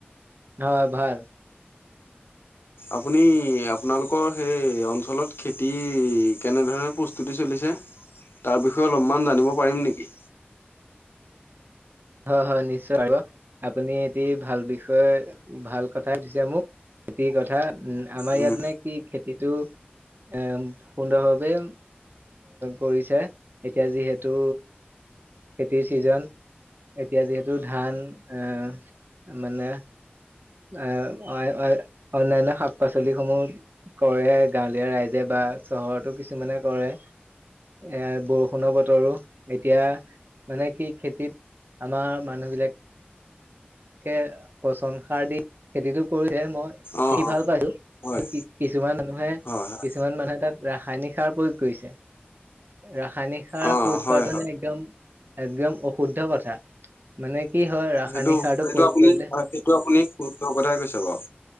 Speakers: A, on the right; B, on the left.
A: হয় ভাল।
B: আপুনি আপোনালোকৰ সেই অঞ্চলত খেতিৰ কেনেধৰণে প্ৰস্তুতি চলিছে তাৰ বিষয়ে অলপ মান জানিব পাৰি নেকি?
A: হয়, হয় নিশ্চয় আৰু আপুনি এটি ভাল বিষয়ে, ভাল কথায়ে সুধিছে মোক খেতিৰ কথা উম, আমাৰ
B: উম
A: ইয়াত নে কি খেতিটো এ সুন্দৰভাৱে কৰিছে এতিয়া যিহেতু খেতিৰ চিজন এতিয়া যিহেতু ধান অহ, মানে অহ, অয়-অয়-অনান্য শাক-পাচলি সমূহ কৰে গাঁৱলীয়া ৰাইজে বা চহৰতো কিছুমানে কৰে এ বৰষুণৰ বতৰো এতিয়া মানে কি খেতিত আমাৰ মানুহবিলাক এনকে পচন সাৰ দি খেতিটো কৰিছে মই
B: অ'
A: দেখি ভাল পাইছো,
B: হয়
A: কিছুমান মানুহে,
B: হয় হয়
A: কিছুমান মানুহে তাত ৰাসায়নিক সাৰ প্ৰয়োগ কৰিছে ৰাসায়নিক সাৰ
B: অ'
A: প্ৰয়োগ
B: হয়
A: কৰাটো
B: হয়।
A: নে একদম একদম অশুদ্ধ কথা মানে কি হয় ৰাসায়নিক
B: সেইটো সেইটো
A: সাৰটো প্ৰয়োগ
B: আপুনি,
A: কৰিলে
B: সেইটো আপুনি, সুদ্ধ কথাই কৈছে বাৰু।